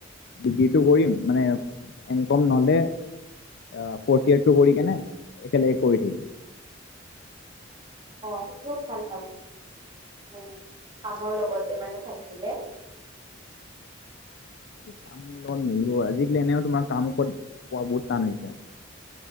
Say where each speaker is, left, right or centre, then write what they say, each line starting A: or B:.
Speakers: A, on the left (about 55°); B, on the right (about 25°).
A: ডিগ্ৰীটো কৰিম মানে এম কম নহ'লে আহ ফোৰ্ট গ্ৰেড তো কৰি কেনে একেলগে কৰি থাকিম।
B: <unintelligible> হয়ও ভাল হয় মানে <inaudible> আমৰ লগতে মানে থাকিলে
A: এইটো কামোৰ লগল মিলিব আজিকালি এনেও তোমাৰ কাম কত পোৱা বহুত টান হৈছে।